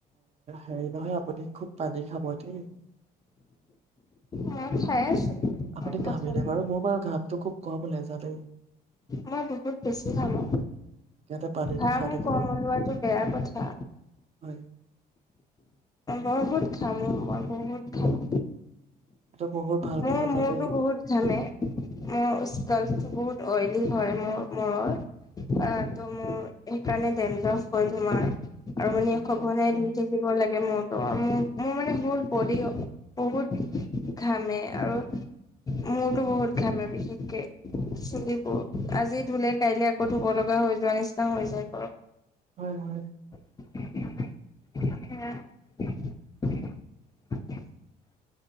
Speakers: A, on the right (about 40°); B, on the left (about 20°).
A: হেৰি নহয় আপুনি খুব পানী খাব দেই।
B: মই খাই আছো
A: আপুনি
B: কথা
A: ঘামেই
B: নাই
A: নে বাৰু মোৰ বাৰু ঘাম চুব কম ওলাই যায় দেই
B: মই বহুত বেছি ঘামো
A: সেইকাৰণে পানীটো
B: আৰু
A: খাই
B: ঘাম
A: থাকিব
B: কম ওলোৱাটো বেয়া কথা
A: হয়
B: বহুত ঘামো মই বহুত ঘামো।
A: এইটো বহুত ভাল
B: মোৰ
A: কথা
B: মূৰটো
A: জানেই
B: বহুত ঘামে মোৰ স্টো বহুত হয়। হয় মোৰ মূৰত মোৰ সেইকাৰণে দেন্দ্ৰফ হয় তোমাৰ আৰু মানে
A: আচ্ছা
B: সঘনাই
A: আচ্ছা
B: ধুই থাকিব লাগে মূৰ। মোৰ, মোৰ মানে অল বডি বহুত ঘামে আৰু মূৰটো বহুত ঘামে বিশেষকে চুলিবোৰ। আজি ধুলে কাইলে আকৌ ধুব লগা হৈ যোৱা নিচিনা হৈ যায়।
A: হয় হয়।
B: <unintelligible>